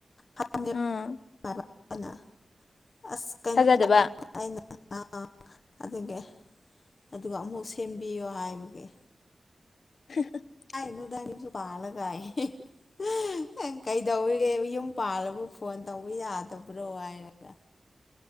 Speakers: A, on the left; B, on the left.
A: <unintelligible>
B: ꯎꯝ
A: <unintelligible> ꯑꯁ ꯀꯩꯅꯣ
B: ꯊꯥꯖꯗꯕ
A: <unintelligible> ꯑꯩꯅ ꯑꯥ ꯑꯗꯨꯒꯤ ꯑꯗꯨꯒ ꯑꯃꯨꯛ ꯁꯦꯝꯕꯤꯌꯣ ꯍꯥꯏꯕꯒꯤ
B: <inaudible>
A: <unintelligible> <unintelligible> ꯄꯥꯜꯂꯒꯥ <unintelligible> ꯅꯪ ꯀꯩꯗꯧꯔꯤꯒꯦ ꯃꯌꯨꯝ ꯄꯥꯜꯂꯕꯨ ꯐꯣꯟ ꯇꯧꯕ ꯌꯥꯗꯕ꯭ꯔꯣ ꯍꯥꯏꯔꯒ